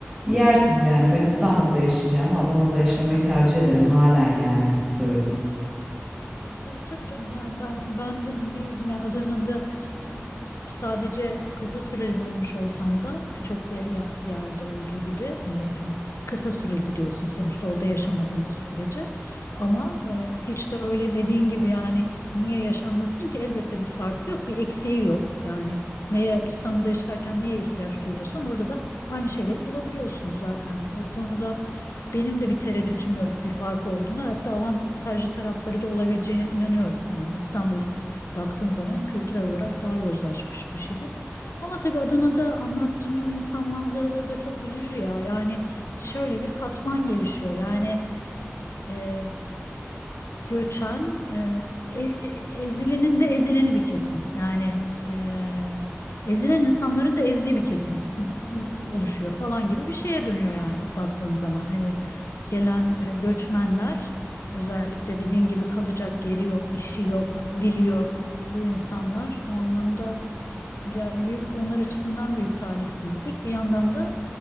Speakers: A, in the centre; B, on the left.
A: Yersiz yani. Ben İstanbul'da yaşayacağım. Adana'da yaşamayı tercih ederim halen yani söyleyeyim.
B: Yok, tabii canım yani ben ben de bir ya Adana'da e, sadece kısa süreli bulunmuş olsam da birçok ye- yer- yerde olduğu gibi hani hani kısa süreli gidiyorsun sonuçta orada yaşamadığın sürece ama e, hiç de öyle dediğin gibi yani niye yaşanmasın ki elbette bir farkı yok bir eksiği yok yani neye İstanbul'da yaşarken neye ihtiyaç duyuyorsan orada da aynı şeyleri bulabiliyorsun zaten o konuda benim de bir tereddütüm yok bir fark olduğuna hatta avantajlı tarafları da olabileceğine inanıyorum. Yani İstanbul baktığın zaman kültürel olarak daha yozlaşmış bir şehir. Ama tabii Adana'da anlattığın o insan manzaraları da çok üzücü ya. Yani şöyle bir katman gelişiyor. Yani e, göçen e, e- ezilenin de ezileni bir kesim. Yani e, ezilen insanların da ezdiği bir kesim <laughs> oluşuyor falan gibi bir şeye dönüyor yani baktığın zaman. Hani gelen e, göçmenler özellikle dediğin gibi kalacak yeri yok, işi yok, dili yok bu insanlar o anlamda ya büyük onlar açısından büyük talihsizlik. Bir yandan da